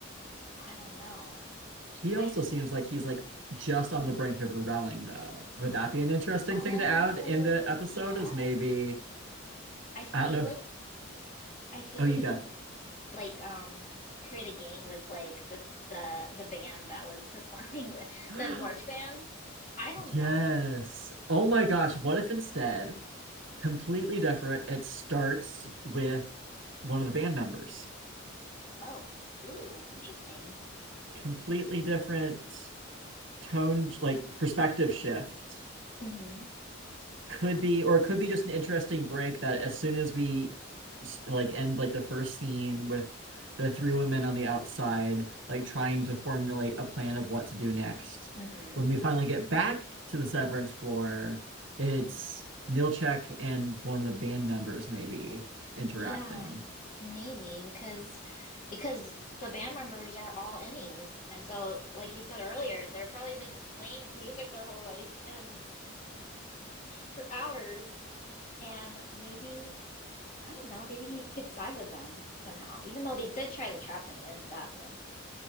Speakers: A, on the left (about 40°); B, on the right (about 65°).
A: I don't know.
B: He
A: I
B: also seems like he's like just on the brink of rebelling, though.
A: f- <gasps>
B: Would that be an interesting
A: Oh,
B: thing to add in the episode?
A: yes.
B: Is maybe
A: I
B: I
A: feel
B: don't know. If,
A: like I feel
B: oh,
A: like
B: you
A: he
B: go.
A: can like um create a gang with like the the the band that was <laughs> performing with
B: <gasps>
A: the march band. I don't
B: Yes.
A: know.
B: Oh my gosh. What if instead? completely different. It starts with one of the band members.
A: Oh, ooh, interesting.
B: Completely different tone, like perspective shift.
A: Mm-hmm.
B: Could be, or it could be just an interesting break that as soon as we like end like the first scene with the three women on the outside, like trying to formulate a plan of what to do next.
A: Mm-hmm.
B: When we finally get back to the severance floor, it's Milchek and one of the band members maybe interacting.
A: Yeah, maybe because because the band members are all innies. And so, like you said earlier, they've probably been playing music their whole life and for hours. And maybe, I don't know, maybe he could side with them somehow, even though they did try to trap him in the bathroom.